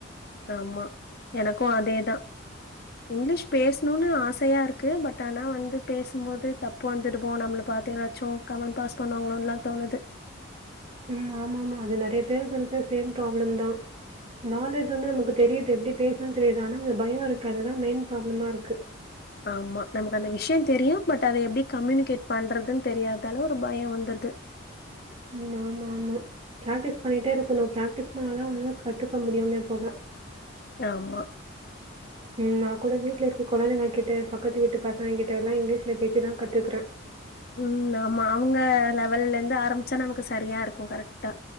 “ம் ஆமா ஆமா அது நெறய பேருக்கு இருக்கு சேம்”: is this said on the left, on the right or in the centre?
Right